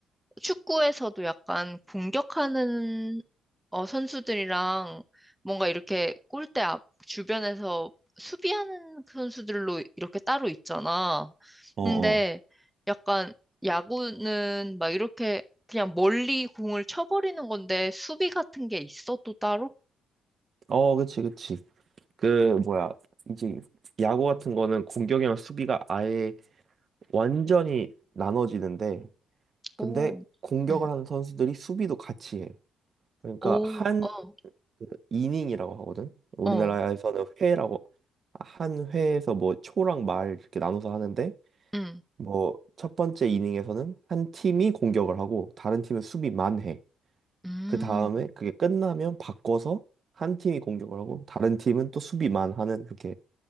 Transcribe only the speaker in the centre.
축구에서도 약간 공격하는 어, 선수들이랑 뭔가 이렇게 골대 앞 주변에서 수비하는 그 선수들로 이렇게 따로 있잖아.
근데
약간 야구는 막 이렇게 그냥 멀리 공을 쳐버리는 건데 수비 같은 게 있어 또 따로?
오,
응.
오,
어,
어,
응,
음.